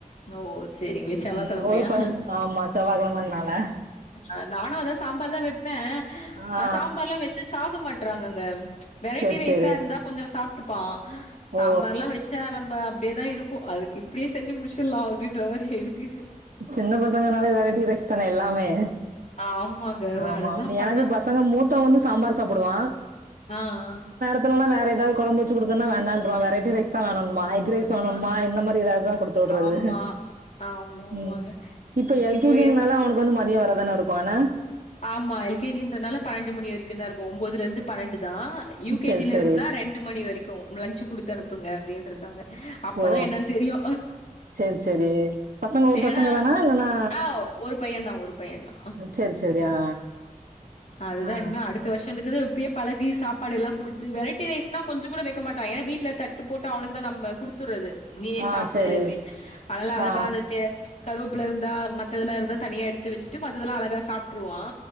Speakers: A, on the left; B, on the right.
A: ஓ! சரிங்க. செவ்வாய்க்கிழமையா?
B: ம் ஒரு ப ஆமா செவ்வா கெழமனால
A: அ நானு அதா சாம்பார் தா வெப்பே
B: ஆ
A: சாம்பார்லா வச்சு சாப்ட மாட்றாங்கங்க வெரைட்டி
B: சேரி
A: ரைஸா
B: சேரி
A: இருந்தா கொஞ்சோ சாப்டுப்பா சாம்பார்லா
B: ஓ
A: வச்சா நம்ப அப்டியேதா இருக்கு அதுக் இப்டியே செஞ்சு முடுச்சிடலா அப்டின்ற மாரி இருக்கு
B: சின்ன பசங்கனாலே வெறைட்டி ரைஸ் தானே எல்லாமே
A: ஆமாங்க
B: ஆமா
A: அதுதான்
B: ஆம எனக்
A: பண்ணா
B: பசங்க மூத்த வந்து சாம்பார் சாப்டுவா
A: ஆ ஆ
B: இல்லனா வேற எதாது கொழம்பு வச்சு கொடுக்கனா வேண்டான்றுவா வெரைட்டி ரைஸ் தா வேனுன்பா எக் ரைஸ் வேணுன்பா
A: ஆ.
B: இந்த மாரி இல்ல அதா கொடுத்து விட்றது
A: ஆமா. ஆமா, ஆமாங்க.
B: ம் இப்ப எல்
A: இப்போ
B: கே ஜி
A: எ
B: அவனுக் வந்து மதியொ வரதான இருக்கு அன
A: ஆமா எல் கே ஜி ன்றனால பன்னெண்டு மணி வரைக்கு தா இருக்கு ஒம்போதுல இருந்து பன்னெண்டு தா யூ கே
B: செரி
A: ஜி ல
B: செரி
A: இருந்துதா ரெண்டு மணி வரைக்கு லன்ஞ் குடுத்து அனுப்புங்க அப்டினு இருக்காங்க அப்பதா
B: ஓ
A: என்னன்னு தெரியு
B: செரி செரி பசங்க ஒரு
A: ஏனா
B: பசங்க தானா இல்லன்னா
A: ஆ ஒரு பைய தா ஒரு பைய தா
B: செரி செரி ஆ
A: அதுதா
B: ஆ
A: இனிமே அடுத் த வர்ஷத்துக்கு இப்பயே பழகி சாப்பாடு எல்லா குடுத்து வெரைட்டி ரைஸ்னா கொஞ்சோ கூட வக்க மாட்டா ஏனா வீட்ல தட் டு போட்டு அவனுக்கு தா நம்ம குடுத்துறது நீயே
B: ஆ
A: சாப்டு
B: செரி
A: அப்டின்னு அதனால அழகா
B: ஆ
A: அந்த தே கருவப்ல இருந்தா மத்ததுல இருந்தா தனியா எடுத்து வச்சுட்டு மத்ததுல்லா அழகா சாப்ட்ருவா